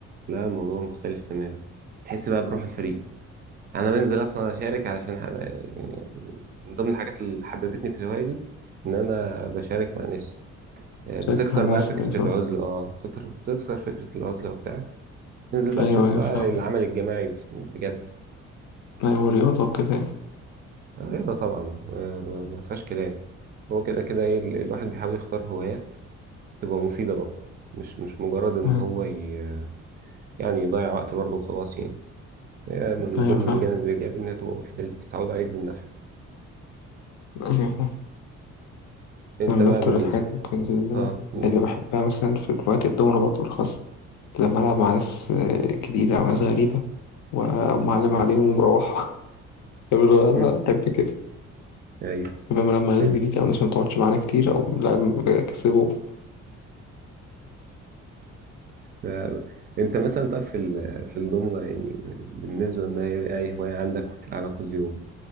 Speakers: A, on the right; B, on the left.
A: لا الموضوع مختلف تماما تحس بقى بروح الفريق أنا بنزل أصلا أشارك علشان ح- يعني من ضمن الحاجات اللي حببتني في الهواية دي إن أنا بشارك مع ناس آه،
B: شارك
A: بتكسر
B: مع الناس
A: بقى فكرة
B: أيوة فاهم.
A: العزلة اه بتكر- بتكسر فكرة العزلة وبتاع تنزل بقى
B: أيوة
A: تشوف
B: أيوة
A: بقى
B: فاهم
A: العمل الجماعي بجد
B: أيوة ورياضة وكده
A: رياضة طبعا آه، ما فيهاش كلام هو كده كده ايه ال- الواحد بيحاول يختار هوايات تبقى مفيدة برضه مش مش مجرد ان
B: يعني.
A: هو ي... يعني يضيع وقت برضه وخلاص يعني آه، من
B: ايوه
A: ضمن
B: فاهم
A: الجانب الايجابي انها تبقى مفيدة ليك تعود عليك بالنفع
B: أيوة فاهم.
A: انت
B: انا من
A: بقى
B: اكتر
A: بالنسبة
B: الحاجات ممكن ال-
A: اه قول
B: اللي بحبها مثلا في وقت الدومينو برضه بالاخص لما العب مع ناس آه، جديده او ناس غريبه و- ومعلم عليهم ومروحه <laughs> يقولوا
A: <laughs>
B: احب كده
A: ايوه
B: يبقى لما ناس
A: <laughs>
B: جديده او ناس ما بتقعدش معانا كتير او لاعب كسبه
A: آه، انت مثلا طب في ال... في الضمنة يعني ب- بالنسبة ان هي اي هواية عندك وتلعبها كل يوم